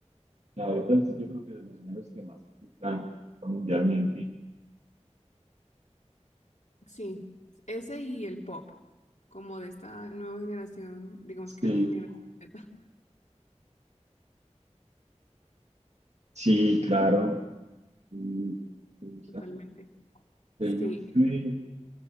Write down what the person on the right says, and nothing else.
sea, ahorita es- yo creo que de los géneros que más se escuchan mundialmente.
Sí,
sí, claro. Mm, me
Taylor
Swift.